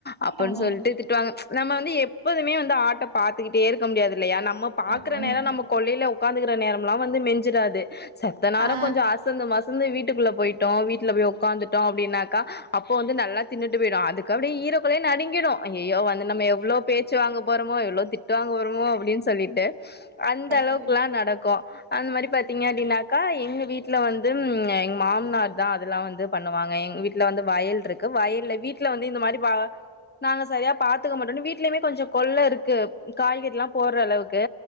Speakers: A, on the left; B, on the right.
A: அப்டின்னு
B: ஆ,
A: சொல்ட்டு திட்டுவாங்க நம்ம வந்து எப்போதுமே வந்து ஆட்ட பாத்துக்கிட்டே இருக்க முடியாது இல்லையா நம்ம பாக்குற
B: அது உங்க
A: நேரோ நம்ம கொள்ளையில உக்காந்துக்குற நேரமுல்லா வந்து மெஞ்சுடாது சத்த நேரோ
B: ஆ
A: கொஞ்ச அசந்தும் மசந்து வீட்டுக்குள்ள பொயிட் ட்டே வீட்டுல போய் உக்காந்துட்டோ அப்டின்னாக்கா அப்போ வந்து நல்லா தின்னுட்டு போயிடு அதுக்கு அப்டியே ஈர கொலையே நடுங்கிடு ஐய்யய்யோ வந்து நம் எவ்ளோ பேச்சு வாங்க போறமோ எவ்ளோ திட் திட்டு வாங்க போறமோ அப்டின்னு சொல்லிட்டு அந்த அளவுக்கு
B: ஓகே
A: ல்லா நடக்கு அந்த மாரி பாத்தீங்க அப்டின்னாக்கா எங்க வீட்டுல வந்து ந்து எங்க மாமனார் தா அதெல்லா வந்து பண்ணுவாங்க எங்க வீட் ல்ல வந்து வயல் இருக்கு வயல்ல வீட்டுல வந்து இந்த மாரி பா நாங்க சரியா பாத்துக்க மாட்டோன்னு வீட்லயுமே கொஞ்சோ கொள்ள இருக்கு காய்கறி எல்லா போட்ற அளவுக்கு